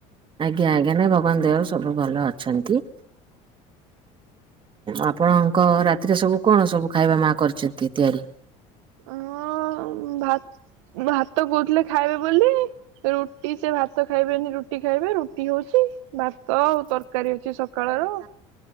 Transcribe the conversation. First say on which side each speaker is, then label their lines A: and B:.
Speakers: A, on the right; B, on the right.
A: ଆଜ୍ଞା ଆଜ୍ଞା ନାଇଁ ଭଗବାନ ଦୟାରୁ ସବୁ ଭଲ ଅଛନ୍ତି। ଆପଣଙ୍କ ରାତିରେ ସବୁ କଣ ସବୁ ଖାଇବା ମା କରିଛନ୍ତି ତିଆରି?
B: ଅ ଭା ଭାତ କୋହୁଥିଲେ ଖାଇବେ ବୋଲି ରୁଟି ସେ ଭାତ ଖାଇବେନି ରୁଟି ଖାଇବେ ରୁଟି ହଉଛି। ଭାତ ଆଉ ତରକାରୀ ଅଛି ସକାଳ ର।